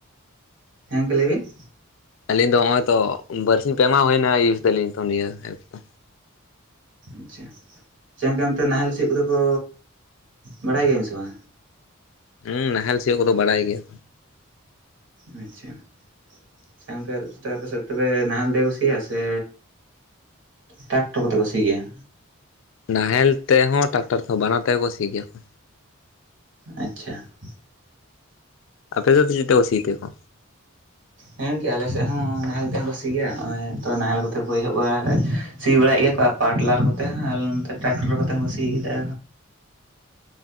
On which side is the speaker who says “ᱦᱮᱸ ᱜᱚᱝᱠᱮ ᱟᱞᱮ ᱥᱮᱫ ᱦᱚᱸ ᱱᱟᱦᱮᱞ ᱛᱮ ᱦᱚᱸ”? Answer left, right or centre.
Right